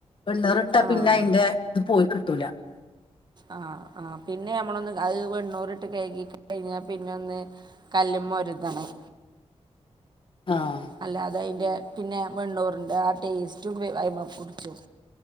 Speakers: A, on the left; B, on the right.
A: വെൺണ്ണൂറിട്ടാ
B: ആഹ്
A: പിന്നെ അയിന്റെ ത് പോയികിട്ടൂല.
B: ആഹ് ആ പിന്നെ നമ്മളൊന്ന് അഹ് വെണ്ണൂറിട്ട് കഴ്കി കഴിഞ്ഞാ പിന്നൊന്ന് കല്ലുമ്മൊരുതണം.
A: ആഹ്
B: അല്ലാതെ അയ്ൻ്റെ പിന്നെ വെണ്ണൂറിൻ്റെ ആ ടേസ്റ്റും അയ്മേപുടിച്ചും